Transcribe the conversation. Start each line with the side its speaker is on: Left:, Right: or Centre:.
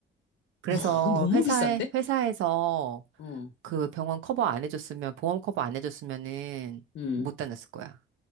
Right: 그래서
Left: <laughs> 너무
Right: 회사에,
Left: 비싼데?
Right: 회사에서
Left: 어,
Right: 그 병원 커버 안 해줬으면, 보험 커버 안 해줬으면은
Left: 음.
Right: 못 다녔을 거야.